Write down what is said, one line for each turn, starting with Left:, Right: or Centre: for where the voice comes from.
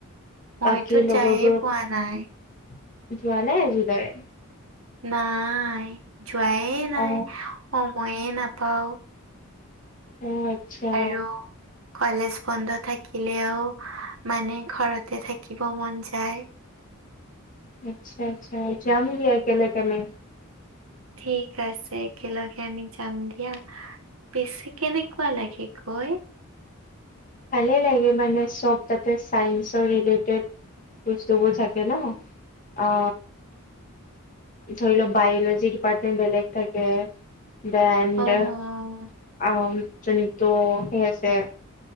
Right: মইতো
Left: বাকী লগৰবোৰক
Right: যায়ে পোৱা নাই।
Left: যোৱা নাই আজিলৈ।
Right: নাই যোৱাই নাই
Left: অ
Right: সমযে নাপাওঁ।
Left: অ আচ্ছা
Right: আৰু কলেজ বন্ধ থাকিলেও মানে ঘৰতে থাকিব মন যায়।
Left: আচ্ছা আচ্ছা যাম দিয়া একেলগে আমি।
Right: ঠিক আছে একেলগে আমি যাম দিয়া। পিছি কেনেকুৱা লাগে গৈ?
Left: ভালে লাগে মানে চব তাতে চাইন্সৰ ৰিলেটেড বস্তবোৰ থাকে ন অ ধৰিল বায়লজি ডিপাৰ্টমেট বেলেগ থাকে <unintelligible>
Right: অ',
Left: আহ যোনতো সেই আছে